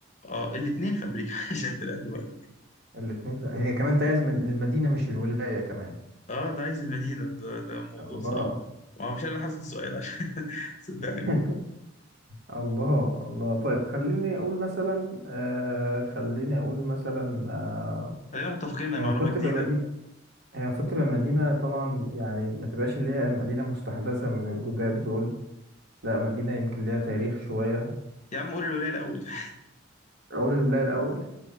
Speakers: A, on the left; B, on the right.
A: اه الاثنين في امريكا <laughs> عشان تلاقي دول
B: الاتنين في... هي كمان تعز من المدينة مش الولاية كمان
A: اه ده عايز المدينه ده ده موضوع
B: الله
A: صعب وانا مش انا حاسس السؤال عشان <laughs> صدقني
B: <laughs> الله الله طيب خليني اقول مثلا آه خليني اقول مثلا آه
A: خلينا متفقين انها
B: هي
A: معلومه
B: المفروض
A: جديده
B: تبقى مدينة هي المفروض تبقى مدينة طبعا يعني ما تبقاش اللي هي مدينة مستحدثة من الجداد دول لا مدينة يمكن ليها تاريخ شوية
A: يا عم قول الولايه الاول <laughs>
B: اقول الولاية الاول